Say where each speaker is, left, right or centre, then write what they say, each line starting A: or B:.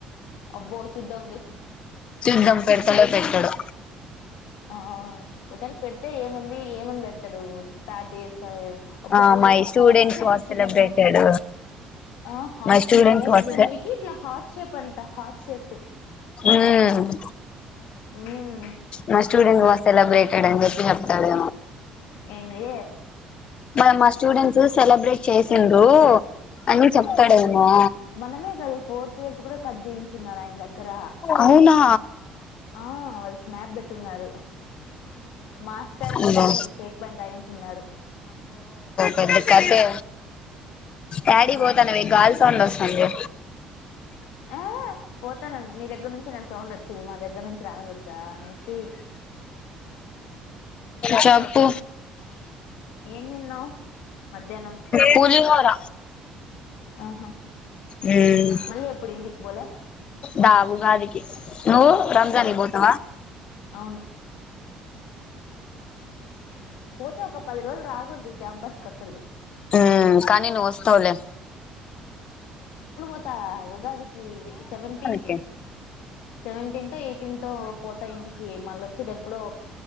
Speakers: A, on the left; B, on the left.
A: అబ్బో చూద్దాంలే
B: చూద్దాం పెడతడో పెట్టడో
A: ఆ ఒకని పెడితే ఏముంది ఏమని పెడతాడు థర్డ్ ఎస్ త బ
B: ఆ
A: ఇ
B: మై
A: ఒక
B: స్టూడెంట్స్
A: హాట్ షేప్
B: వాస్
A: ఇచ్చిందమ్మా
B: సెలబ్రేటెడ్
A: ఆ hot
B: my students
A: shape ఇదంతా
B: was
A: మేకి ఇట్లా హాట్ షేప్ అంట హాట్ షేప్
B: ఉమ్
A: మ్మ్
B: మా స్టూడెంట్ వ సెలబ్రేటెడ్ అని చెప్పి చెప్తాడు
A: ఏంది
B: మన మా స్టూడెంట్స్ సెలబ్రేట్ చేసిండ్రు అని చెప్తాడేమో
A: ఆ మనమే కదా ఫోర్త్ ఇయర్స్ కూడా కట్ చేయించున్నారు ఆయన దగ్గర
B: అవునా
A: ఆ వాళ్ళు స్నాప్ పెట్టున్నారు మాస్టర్ అని
B: అబ్బో
A: కేక్ బందాయించు ఉన్నారు
B: <inaudible> కదే యాడికి పోతాన్నవే గాల్ సౌండ్ వస్తంది
A: ఆ పోతాను నీ దగ్గర నుంచి నా సౌండ్ వచ్చేది మా దగ్గర నుంచి రాకూడదా కలసి
B: చప్పు
A: ఏన్ తిన్నావ్ మధ్యానం
B: పులిహోర
A: ఆహా
B: మ్మ్
A: మళ్ళీ ఎప్పుడు ఇంటికి పోలే
B: దా వుగాదికి ను రంజానీకి
A: ఆ
B: పోతవా <inaudible>
A: అవును పోతే ఒక పది రోజులు రాకూడదు ఈ క్యాంపస్ క అసలు
B: మ్మ్ కానీ నువ్ వస్తవులే
A: అంత ఉగాదికి సెవెంటీంత్
B: కి
A: సెవెంటీన్త్ ఎయిటీన్త్ త పోతాయి ఇంటికి మళ్ళ వచ్చేది ఎప్పుడో